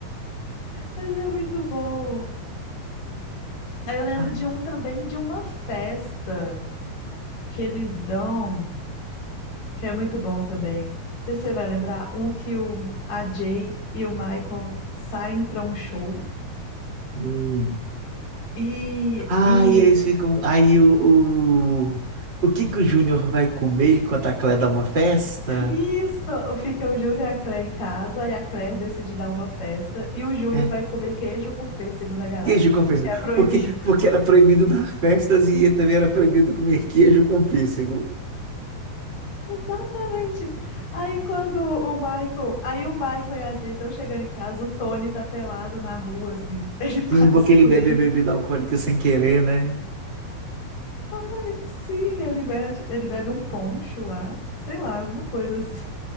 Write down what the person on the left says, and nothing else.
Mas é muito bom. Aí eu lembro
de um também, de uma festa que eles dão, que é muito bom também. Não sei se você vai lembrar, um que o, a Jay e o Michael saem para um show.
E,
e
Isso! Fica o Júnior e a Claire em casa, e a Claire decide dar uma festa, e o Júnior
vai comer queijo com pêssego na garagem,
porque
é proibido.
<laughs> Exatamente! Aí quando o Michael, aí o Michael e a Jay estão chegando em casa, o Tony tá pelado na rua, assim, ele <laughs> passa
por
ele.
Ai, sim, ele mexe, ele bebe um poncho lá, sei lá, alguma coisa assim.